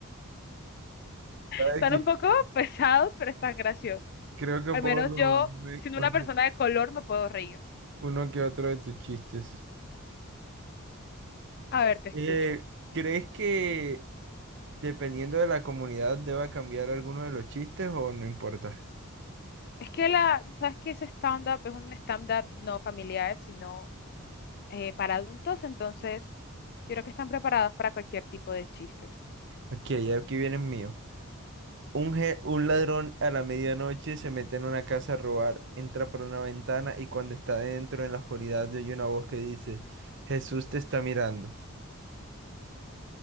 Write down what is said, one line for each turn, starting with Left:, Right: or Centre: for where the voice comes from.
Right: ¿Sabes
Left: Están
Right: qué?
Left: un poco <laughs> pesados, pero están graciosos.
Right: Creo que
Left: Al
Right: puedo
Left: menos
Right: robarme
Left: yo, siendo
Right: una-
Left: una persona de color, me puedo reír.
Right: uno que otro de tus chistes.
Left: A ver, te escucho.
Right: Eh, ¿crees que dependiendo de la comunidad deba cambiar alguno de los chistes o no importa?
Left: Es que la, tú sabes que ese stand-up es un stand-up no familiar, sino eh, para adultos, entonces yo creo que están preparados para cualquier tipo de chistes.
Right: Ok, aquí viene el mío. Un, je- un ladrón a la medianoche se mete en una casa a robar, entra por una ventana y cuando está dentro en la oscuridad oye una voz que dice, Jesús te está mirando.